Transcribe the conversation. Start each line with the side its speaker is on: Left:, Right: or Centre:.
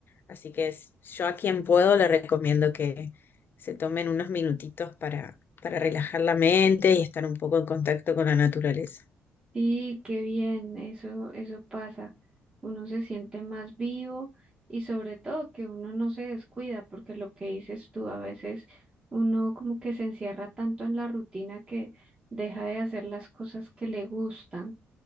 Left: Así que es- yo a quien puedo le recomiendo que se tomen unos minutitos para, para relajar la mente y estar un poco en contacto con la naturaleza.
Right: Y qué bien, eso, eso pasa. Uno se siente más vivo y sobre todo que uno no se descuida, porque lo que dices tú, a veces uno como que se encierra tanto en la rutina que deja de hacer las cosas que le gustan.